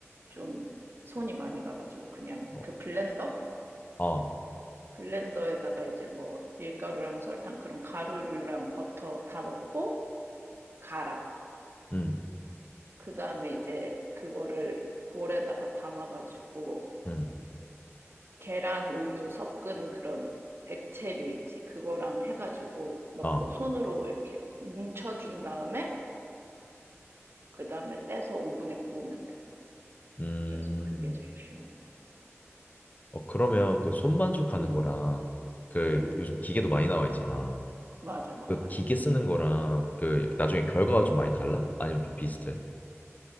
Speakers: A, on the right; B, on the left.
A: 좀 손이 많이 가가지고, 그냥
B: 어,
A: 그 블렌더?
B: 어,
A: 블렌더에다가 이제 뭐 밀가루랑 설탕 그런 가루류랑 버터 다 넣고 갈아.
B: 음,
A: 그 다음에 이제 그거를 볼에다가 담아가지고
B: 음,
A: 계란 우유 섞은 그런 액체류 있지. 그거랑 해가지고 넣고
B: 어,
A: 손으로 이렇게 뭉쳐준 다음에 그 다음에 떼서 오븐에 구우면 되거든.
B: 음.
A: 그래서 그게 제일 쉬운 거 같아.
B: 어, 그러면 그 손반죽 하는
A: 응,
B: 거랑 그
A: 응,
B: 요즘 기계도 많이 나와 있잖아.
A: 맞아, 맞아.
B: 그 기계 쓰는 거랑 그 나중에 결과가 좀 많이 달라? 아니면 좀 비슷해?